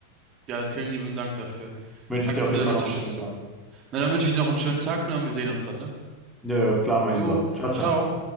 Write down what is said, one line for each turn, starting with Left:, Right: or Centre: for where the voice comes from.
Right: Ja, vielen lieben Dank dafür.
Centre: Wünsche
Right: Danke
Centre: ich dir auf
Right: für
Centre: jeden
Right: deine
Centre: Fall
Right: Unterstützung.
Centre: noch einen schönen Tag.
Right: Na, dann wünsche ich dir noch einen schönen Tag, ne, und wir sehen uns dann, ne?
Centre: Ja, ja, klar, mein
Right: Jo,
Centre: Lieber. Ciao,
Right: ciao.
Centre: ciao.